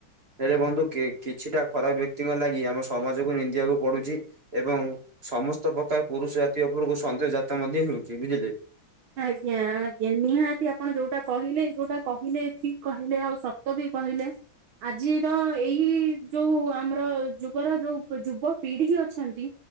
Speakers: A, on the right; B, on the right.
A: ହେଲେ ବନ୍ଧୁ କି କିଛିଟା ଖରାପ ବ୍ୟକ୍ତିଙ୍କ ଲାଗି ଆମ ସମାଜକୁ ନିନ୍ଦିବାକୁ ପଡୁଛି। ଏବଂ ସମସ୍ତ ପ୍ରକାର ପୁରୁଷ ଜାତୀୟ ଉପରକୁ ସନ୍ଦେହଜାତ ମଧ୍ୟ ହେଉଛି ବୁଝିଲେ?
B: ଆଜ୍ଞା ଆଜ୍ଞା ନିହାତି ଆପଣ ଯୋଉଟା କହିଲେ ଯୋଉଟା କହିଲେ ଠିକ କହିଲେ ଆଉ ସତ ବି କହିଲେ ଆଜିର ଏଇ ଯୋଉ ଆମର ଯୁଗର ଯୋଉ ଯୁବପିଢି ଅଛନ୍ତି